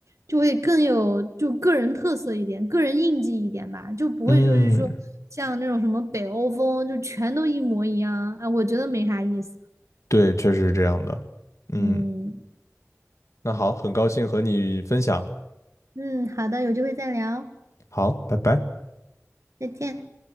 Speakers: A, on the right; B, on the left.
A: 就会更有就个人特色一点，个人印记一点吧，就不会就是说像那种什么北欧风，
B: 嗯，
A: 就全都一模一样啊，我觉得没啥意思。
B: 对，确实是这样的。嗯，
A: 嗯
B: 那好，很高兴和你分享。
A: 嗯，好的，有机会再聊，
B: 好，拜拜。
A: 再见。